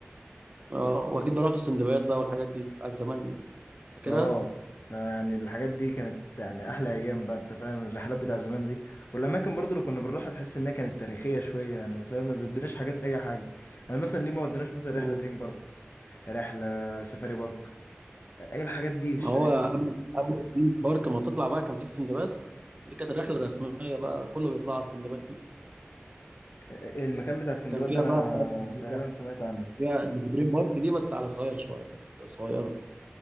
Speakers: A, on the right; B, on the left.
A: اه واكيد بقى رحت السندباد بقى والحاجات دي بتاعت زمان دي فاكرها
B: اه آه، يعني الحاجات دي كانت يعني احلى ايام بقى انت فاهم الرحلات بتاع زمان دي والاماكن برضو اللي كنا بنروحها تحس انها كانت تاريخيه شويه يعني فاهم ما بيدوناش حاجات اي حاجه يعني مثلا ليه ما ودوناش مثلا رحله
A: مم.
B: دريم بارك رحله سفاري بارك اي الحاجات دي مش
A: ما هو
B: فاهم
A: قبل قبل دريم بارك ما تطلع بقى كان في السندباد دي كانت الرحله الرسميه بقى كله بيطلع على السندباد دي
B: آه، آه، المكان بتاع السندباد
A: كان فيها
B: ده انا
A: بقى الحاجات اللي
B: تقريبا
A: هي
B: سمعت عنه
A: فيها اللي في دريم بارك دي بس على صغير شويه كانت صغيره